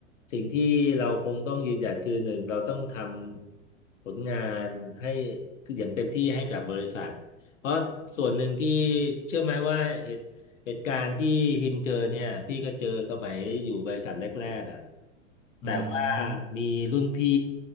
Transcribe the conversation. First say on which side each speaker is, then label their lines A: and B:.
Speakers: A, on the left (about 80°); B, on the left (about 15°).
A: สิ่งที่เราคงต้องยืนหยัดคือหนึ่งเราต้องทำผลงานให้คืออย่างเต็มที่ให้กับบริษัทเพราะส่วนหนึ่งที่เชื่อไหมว่าเหตุ เหตุการณ์ที่ฮิมเจอเนี่ยพี่ก็เจอสมัยอยู่บริษัทแรกๆอ่ะแต่ว่า
B: อืม
A: มีรุ่นพี่